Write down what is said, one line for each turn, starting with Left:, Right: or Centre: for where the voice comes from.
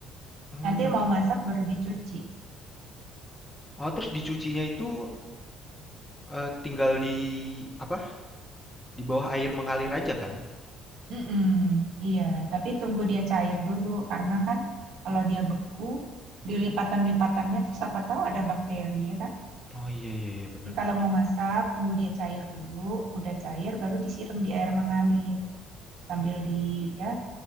Left: Mmm,
Right: Nanti mau masak baru dicuci.
Left: oh terus dicucinya itu, eee, tinggal di apa, di bawah air mengalir aja kan?
Right: Mm-mm, iya, tapi tunggu dia cair dulu karena kan kalau dia beku, di lipatan-lipatannya tuh siapa tahu ada bakteri ya kan.
Left: Oh iya iya iya, benar.
Right: Jadi kalau
Left: bener.
Right: mau masak, tunggu dia cair dulu, udah cair baru disiram di air mengalir sambil di ya